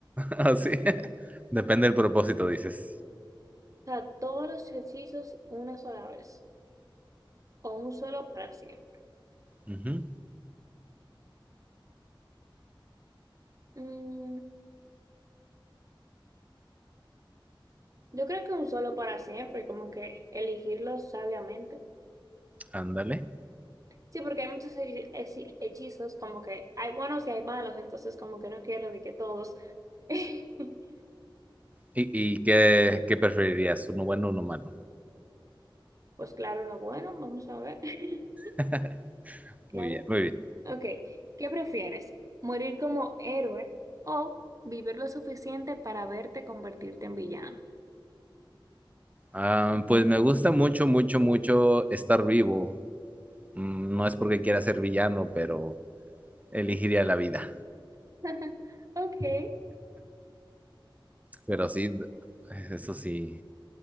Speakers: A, on the right (about 15°); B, on the right (about 40°).
A: Ah, sí. <laughs> Depende del propósito, dices.
B: O sea, todos los hechizos una sola vez o un solo para siempre.
A: Ujú,
B: Mm, yo creo que un solo para siempre, como que elegirlos sabiamente.
A: Ándale.
B: Sí, porque hay muchos hechi- hechi- hechizos, como que hay buenos y hay malos, entonces como que no quiero de que todos <laughs>
A: ¿Y, y qué, qué preferirías? ¿Uno bueno o uno malo?
B: Pues claro, no, bueno, vamos a ver. <laughs>
A: <laughs>
B: Claro.
A: Muy bien, muy bien.
B: Ok, ¿qué prefieres? ¿Morir como héroe o vivir lo suficiente para verte convertirte en villano?
A: Ah, pues me gusta mucho, mucho, mucho estar vivo. Mm, No es porque quiera ser villano, pero elegiría la vida.
B: <laughs> Ok,
A: Pero sí, eso sí,